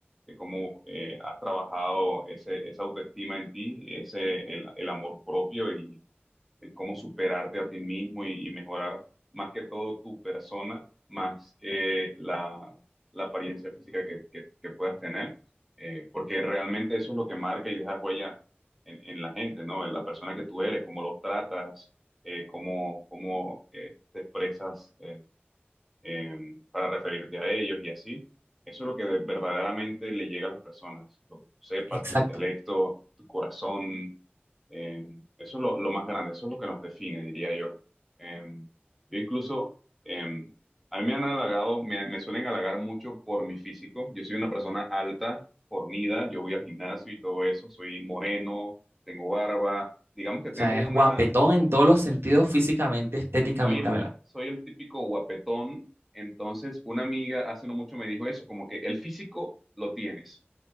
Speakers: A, in the centre; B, on the right (about 75°).
A: de cómo eh, has trabajado ese, esa autoestima en ti, ese, el, el amor propio. Y, el cómo superarte a ti mismo y, y mejorar más que todo tu persona, más que la, la apariencia física que, que- que puedas tener, eh, porque realmente eso es lo que marca y deja huella en, en la gente, ¿no? En la persona que tú eres, cómo los tratas, eh, cómo, cómo eh, te expresas. eh, eh, para referirte a ellos y así. Eso es lo que de- verdaderamente le llega a las personas, lo que tú sepas,
B: Exacto.
A: tu intelecto, tu corazón. eh, eso es lo, lo más grande, eso es lo que nos define, diría yo. Eh, yo incluso, eh, a mí me han halagado, me, me suelen halagar mucho por mi físico. Yo soy una persona alta, fornida, yo voy al gimnasio y todo eso, soy moreno, tengo barba. Digamos que tengo
B: O sea,
A: una,
B: es guapetón en todos los sentidos, físicamente, estéticamente
A: soy el,
B: hablando.
A: soy el típico guapetón, entonces una amiga hace no mucho me dijo eso, como que el físico lo tienes,